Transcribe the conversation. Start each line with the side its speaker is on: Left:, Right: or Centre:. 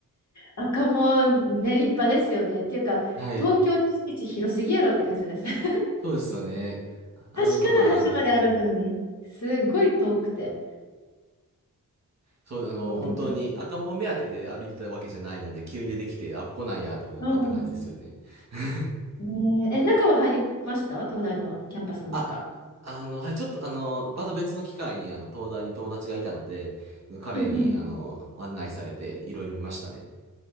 Left: 赤門ね、立派ですよね。っていうか、
Right: <laughs> はい。
Left: 東京の敷地広すぎやろって感じです。<laughs>
Right: そうですよね。あんなとこにあん、
Left: 端から端まで歩くのに、すごい遠くて。
Right: そう、あの、
Left: そう、
Right: 本当に赤門目当てで歩いてたわけじゃないので、
Left: え、
Right: 急に出てきて、あ、ここなんやと思い思った感じですよね。
Left: うん。
Right: <laughs>
Left: ねえ、え中は入りました東大のキャンパスの中。
Right: あ、あの、はい、ちょっとあの、また別の機会に、あの、東大に友達がいたので、彼に、
Left: うんうん。
Right: あの、案内されて、いろいろ見ましたね。